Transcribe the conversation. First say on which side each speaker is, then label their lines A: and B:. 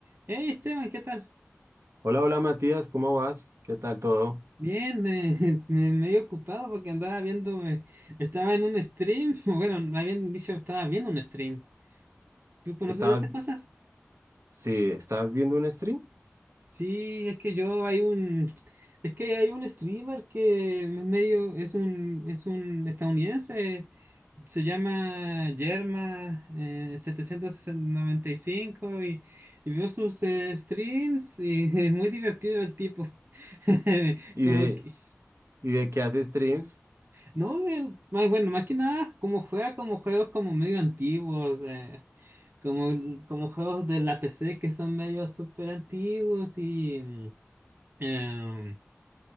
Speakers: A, on the right; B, on the right.
A: Hey Esteban, ¿qué tal?
B: Hola, hola Matías, ¿cómo vas? ¿Qué tal todo?
A: Bien, eh, <laughs> me, medio ocupado porque andaba viendo, eh, estaba en un stream, <laughs> o bueno, más bien dicho, estaba viendo un stream. ¿Tú conoces
B: ¿Estabas,
A: de esas cosas?
B: sí, estabas viendo un stream?
A: Sí, es que yo hay un, es que hay un streamer que es medio, es un, es un estadounidense, se llama Yerma eh, 795 y, cinco y y veo sus eh, streams y <laughs> es muy divertido el tipo. <laughs>
B: ¿Y
A: Como
B: de,
A: que
B: y de qué haces streams?
A: No, el- más, bueno, más que nada, como juega como juegos como medio antiguos, eh, como, como juegos de la PC que son medio súper antiguos y, eh,